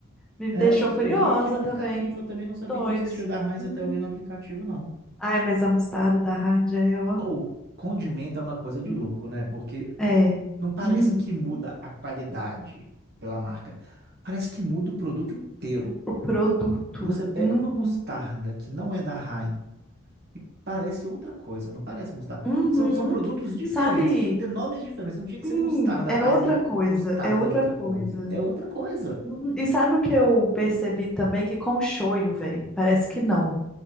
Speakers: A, in the centre; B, on the right.
A: Me deixou
B: É, eu,
A: curiosa
B: eu vi aqui no aplicativo,
A: também.
B: eu também não sabia
A: Dois.
B: que existia o da Heinz
A: Hum.
B: até eu ver no aplicativo, não.
A: Ai, mas a mostarda da Heinz já é, ó.
B: Ou, condimento é uma coisa de
A: Hum.
B: louco, né? Porque
A: É.
B: não parece
A: Uhum.
B: que muda a qualidade pela marca. Parece que muda o produto inteiro.
A: O produto.
B: Você pega
A: Uhum.
B: uma mostarda que não é da Heinz E parece outra coisa, não parece mostarda.
A: Uhum.
B: São, são produtos diferentes,
A: Sabe.
B: tinham que ter nomes diferentes, não tinha que
A: Sim,
B: ser mostarda
A: é
B: Heinz
A: outra
B: e
A: coisa,
B: mostarda
A: é outra
B: de outra
A: coisa.
B: coisa. É outra coisa.
A: Uhum. E sabe o que eu percebi também? Que com shoyu, velho, parece que não.